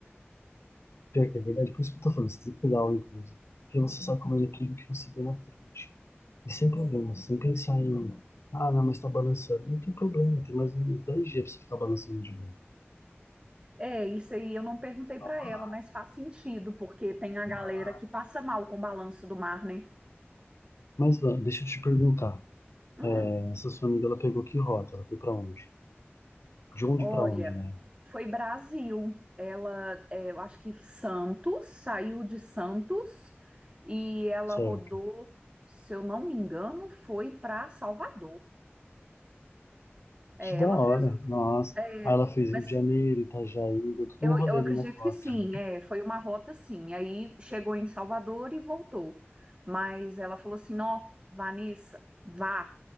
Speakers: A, on the left (about 80°); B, on the right (about 25°).
A: Pior que é verdade, por isso que eu tô falando, você tem que pegar algo, inclusive. Porque você sabe comer tudo que você vê na frente. E sem problema, sem pensar em, ah, não, mas tá balançando. Não tem problema, tem mais uns 10 dias pra você ficar balançando de boa.
B: É, isso aí eu não perguntei
A: Vá
B: pra
A: pra
B: ela,
A: lá,
B: mas faz sentido, porque tem a galera
A: vá lá.
B: que passa mal com o balanço do mar, né?
A: Mas Van, deixa eu te perguntar.
B: Hum,
A: É, Essa sua amiga, ela pegou que rota? Ela foi pra onde? De onde
B: olha,
A: pra onde, né?
B: foi Brasil. Ela, é, eu acho que Santos, saiu de Santos e ela
A: Certo.
B: rodou, se eu não me engano, foi pra Salvador. É,
A: Que da
B: ela
A: hora,
B: fez um.
A: nossa.
B: é,
A: Aí ela fez Rio
B: mas
A: de Janeiro, Itajaí, deu tudo
B: eu,
A: um rolê
B: eu acredito
A: ali na costa,
B: que sim,
A: né?
B: é, foi uma rota sim. Aí chegou em Salvador e voltou. Mas ela falou assim: ó, Vanessa, vá.